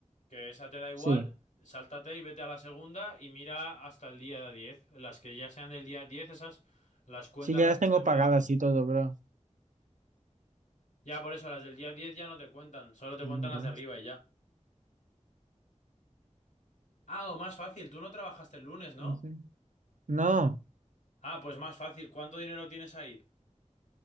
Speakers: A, on the left; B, on the right.
A: Que esa te da igual,
B: Sí.
A: sáltate y vete a la segunda y mira hasta el día 10. Las que ya sean del día 10 esas, las cuentas
B: Sí, ya
A: las
B: las
A: que
B: tengo
A: estén
B: pagadas
A: por debajo.
B: y todo, bro.
A: Ya, por eso, las del día 10 ya no te cuentan, solo te cuentan
B: Un, dos,
A: las de arriba y ya. Ah, o más fácil, tú no trabajaste el lunes, ¿no?
B: trece. No,
A: Ah, pues más fácil, ¿cuánto dinero tienes ahí?